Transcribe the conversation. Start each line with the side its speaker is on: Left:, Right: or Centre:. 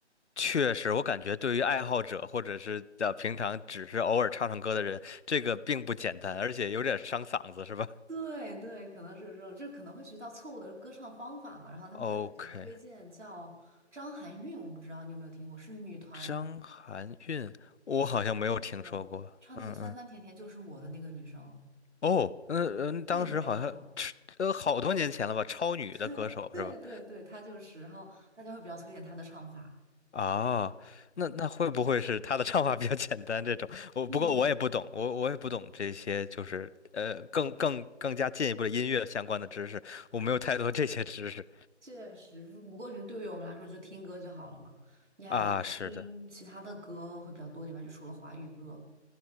Left: 确实，我感觉对于爱好者或者是呃平常只是偶尔唱唱歌的人，这个并不简单，而且有点伤嗓子，是吧
Right: 对对，可能是有这种，就可能会学到错误的歌唱方法嘛，然后他们会比较推荐叫张含韵，
Left: ？OK，
Right: 我不知道你有没有听过，是女团
Left: 张含韵，我好像没有听说过。
Right: 唱那个唱那个酸酸甜甜就是我的那个女生，
Left: 嗯，哦，嗯嗯，
Right: 这个你应该知道。
Left: 当时好像呃好多年前了吧，超女的歌手是吧？
Right: 对对对对，她就是，然后大家会比较推荐她的唱法。
Left: 啊，那那会不会是她的唱法比较简单这种？我不过我也不懂，
Right: 嗯，
Left: 我我也不懂这些，就是呃更更更加进一步的音乐相关的知识，我没有太多这些知识。
Right: 确实，不不过是对于我们来说，就听歌就好了嘛。你还会听其他的歌会比较多点吗？
Left: 啊，是的，
Right: 就除了华语歌，